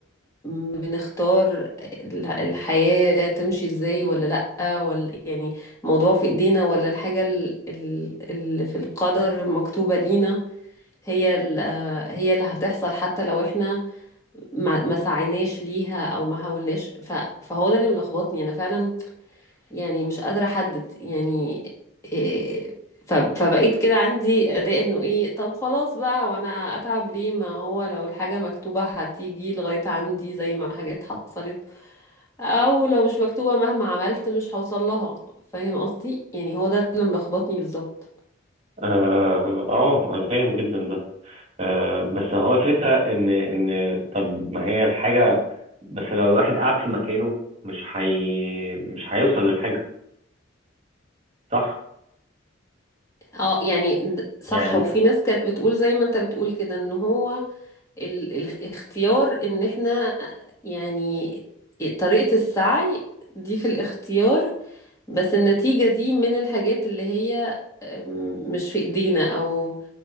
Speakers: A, on the left (about 15°); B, on the right (about 30°).
A: بنختار ال- الحياة تمشي ازاي ولا لأ ولا يعني الموضوع في ايدينا ولا الحاجة ال- ال- اللي في القدر مكتوبة لينا هي ال- هي اللي هتحصل حتى لو احنا ما ما سعيناش ليها او ما حاولناش ف- فهو ده اللي ملخبطني انا فعلا يعني مش قادرة أحدد يعني إيه ف- فبقيت كده عندي أداء إنه إيه طب خلاص بقى وأنا أتعب ليه ما هو لو الحاجة مكتوبة هتيجي لغاية عندي زي ما حاجات حصلت أو لو مش مكتوبة مهما عملت مش هوصل لها فاهم قصدي يعني هو ده اللي ملخبطني بالظبط
B: اه آه، انا فاهم جدا ده آه، بس هو فكرة إن إن طب ما هي الحاجة بس لو الواحد قعد في مكانه مش هي مش هيوصل للحاجة صح؟
A: اه يعني د- صح
B: يعني
A: وفي ناس كانت بتقول زي ما انت بتقول كده ان هو ال- الاختيار ان احنا يعني طريقة السعي دي في الاختيار بس النتيجة دي من الحاجات اللي هي أم، مش في ايدينا او